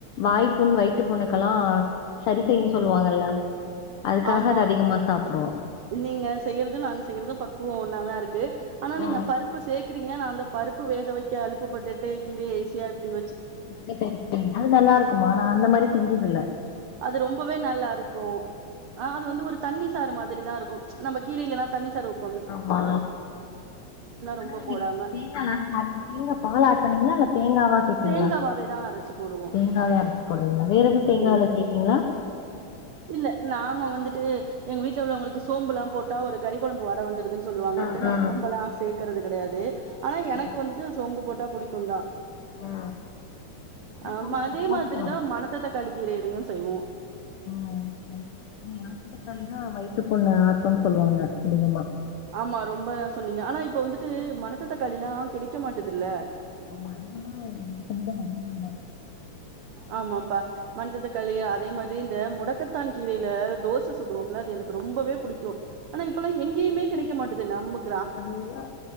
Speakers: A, on the left; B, on the right.
A: வாய்ப்புண் வயி னுக்கலா சரி செய்யுன் சொல்லுவாங்கல்ல அதுக்காக
B: ஆமா
A: அது அதிகமா சாப்பிடுவோ
B: நீங்க செய்யறது நாங்க செய்யறது பக்குவொ ஒன்னாதா இருக் க்கு ஆனா
A: ஆ
B: நீங்க பருப்பு சேக் க்கிரிங்க நா அந்த பருப்பு வேக வக்க அலுப்பு பட்டுட்டு கீரைய ஈசியா இப்டி வ
A: எப்டி செஞ்சீங்க அது நல்லா இருக்குமா நா அந்த மாரி செஞ்சதில்ல
B: அது ரொம்பவே நல்லாருக்கு ஆ அது வந்து ஒரு தண்ணி சாறு மாதிரி தா இருக்கு நம்ம கீரைலலா தண்ணீ சாறுவப்
A: ஆமா ஆனா
B: ரொம்ப
A: நீங்க
B: போடாம
A: தேங்கா லாஸ்ட்ல ஆட் பண் தேங்கா பால் ஆட் பண்ணிங்ளா இல்ல தேங்காவா சே த்திங்ளா
B: தேங்காவாவே தா அரைச்சு போடுவோ
A: தேங்காவே அரச்சு போடுவிங்ளா வேற எது தேங்கால
B: ம்
A: சேப்பிங்ளா
B: இல்ல நாங்க வந்துட்டு எங்க வீட்ல உள்ளவுங்களுக்கு சோம்புலா போட் டா ஒரு கறி கொழம்பு வாட வந்துர்துன் சொல்லுவாங்கன்ட்டு
A: ஆ
B: நா
A: ஆ
B: சோம்பலா சே க்கிறது கெடயாது ஆனா எனக்கு
A: ஆ
B: வந்துட்டு சோம்பு போட்டா புடிக்குந்தா
A: ஆ ஆ
B: ஆமா
A: சோம்பு
B: அதே
A: போட்டுக்கலா
B: மாதிரிதா மணத்த தக்காளி கீரைலயு செய்வோ
A: ம் மணத்தக்காளி தா வயிற்றுப்புண்ண ஆத்துன் சொல்வாங்க அதிகமா
B: ஆமா ரொம்ப சொன்னீங்க ஆனா இப்ப வந்துட்டு மணத்த தக்காளில்லா கிடைக்க மாட்டுதுல்ல
A: ஆமா அதிகமா <unintelligible> வர்றதில்ல
B: ஆமாப்பா மணத்த தக்காளி அதே மாரி இந்த முடக்கத்தான் கீரைல தோச சுடுவோம்ல அது எனக்கு ரொம்பவே புடிக்கு ஆனா இப்பல்லா எங்கயுமே கெடைக்க மாட்டுது நம்மக்
A: அதல்லா‌